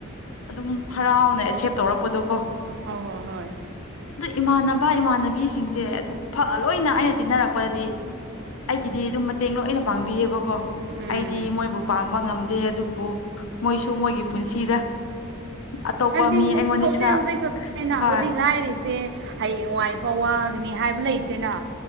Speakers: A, on the left; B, on the right.
A: ꯑꯗꯨꯝ ꯍꯔꯥꯎꯅ ꯑꯦꯁꯦꯞ ꯇꯧꯔꯛꯄꯗꯣ ꯀꯣ
B: ꯍꯣꯏ ꯍꯣꯏ ꯍꯣꯏ
A: ꯑꯗꯨ ꯏꯃꯥꯟꯅꯕ ꯏꯃꯥꯟꯅꯕꯤꯁꯤꯡꯁꯦ ꯑꯗꯨꯝ ꯐ ꯂꯣꯏꯅ ꯑꯩꯅ ꯇꯤꯟꯅꯔꯛꯄꯗꯗꯤ ꯑꯩꯒꯤꯗꯤ ꯑꯗꯨꯝ ꯃꯇꯦꯡ ꯂꯣꯏꯅ ꯄꯥꯡꯕꯤꯌꯦꯕꯀꯣ
B: ꯎꯝ
A: ꯑꯩꯗꯤ ꯃꯣꯏꯕꯨ ꯄꯥꯡꯕ ꯉꯝꯗꯦ ꯑꯗꯨꯕꯨ ꯃꯣꯏꯁꯨ ꯃꯣꯏꯒꯤ ꯄꯨꯟꯁꯤꯗ ꯑꯇꯣꯞꯄ
B: ꯍꯥꯏꯕꯗꯤ
A: ꯃꯤ ꯑꯩꯉꯣꯟꯗ
B: ꯍꯧꯖꯤꯛ
A: ꯈꯔ
B: ꯍꯧꯖꯤꯛ ꯈꯅ
A: ꯍꯣꯏ
B: ꯍꯧꯖꯤꯛ ꯂꯥꯏꯔꯤꯁꯦ ꯍꯌꯦꯡꯋꯥꯏ ꯐꯥꯎ ꯋꯥꯒꯅꯤ ꯍꯥꯏꯕ ꯂꯩꯇꯦꯅ